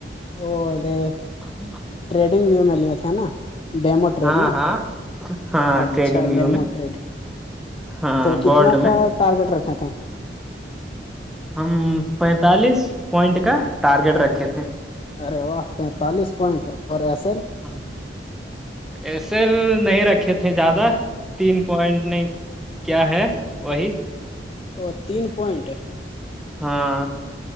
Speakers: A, on the left; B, in the centre.
A: او ارے
B: <inaudible>
A: ٹریڈنگ ویو میں لیے تھے نا ڈیمو ٹریڈ
B: ہاں
A: نا
B: ہاں ہاں
A: اچھا
B: ٹریڈنگ بھی
A: ڈیمو
B: میں
A: ٹریڈ
B: ہاں
A: تو کتنا
B: میں
A: کا ٹارگیٹ رکھا تھا
B: ہم پینتالیس پوائنٹ کا ٹارگیٹ رکھے تھے
A: ارےوا پینتالیس پوائنٹ اور ایس ایل
B: تھے ایس ایل نہیں رکھے تھے زیادہ تین پوائنٹ نہیں کیا ہے وہی
A: اور تین پوائنٹ
B: ہاں